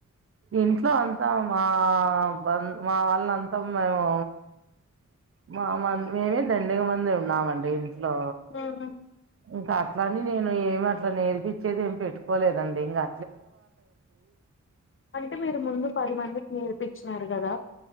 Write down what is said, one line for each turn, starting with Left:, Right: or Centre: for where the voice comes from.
Right: ఇంట్లో అంతామా బ మా వాళ్ళ అంతా మేము మా మ మేమే దండిగా మంది ఉన్నామండి ఇంట్లో
Left: ఉమ్
Right: ఇంకా అట్లాని నేను ఏమ అట్లా నేర్పిించేది ఏం పెట్టుకోలేదండి ఇంగా
Left: అంటే మీరు ముందు పది మందికి నేర్పిించ నారు కద